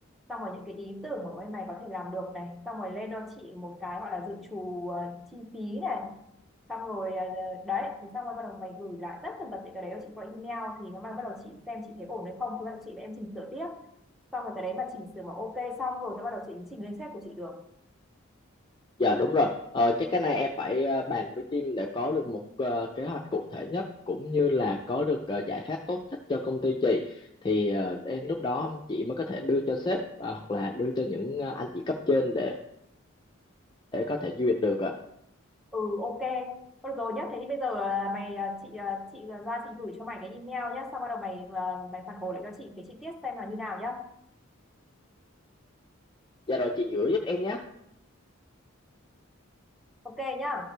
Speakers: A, in the centre; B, on the left.
A: xong rồi những cái ý tưởng mà bên mày có thể làm được này xong rồi lên cho chị một cái gọi là dự trù ờ, chi phí này xong rồi ờ, đấy thế xong rồi bắt đầu mày gửi lại tất tần tật những cái đấy cho chị qua email thì nó bắt đầu chị xem chị thấy ổn hay không thì bắt đầu chị và em chỉnh sửa tiếp xong rồi cái đấy mà chỉnh sửa mà ok xong rồi thì bắt đầu chị chỉnh lên sếp của chị được
B: Dạ đúng rồi, ờ, chắc cái này em phải ờ, bàn với team để có được một ờ, kế hoạch cụ thể nhất cũng như là có được ờ, giải pháp tốt nhất cho công ty chị thì ờ, đến lúc đó chị mới có thể đưa cho sếp ờ, hoặc là đưa cho những ờ, anh chị cấp trên để để có thể duyệt được ạ.
A: ừ ok Thôi được rồi nhá thế thì bây giờ à, mày à, chị à, chị à, ra chị gửi cho mày cái email nhá xong bắt đầu mày à, mày phản hồi lại cho chị cái chi tiết xem là như nào nhá
B: Dạ rồi chị gửi giúp em nhé.
A: ok nhá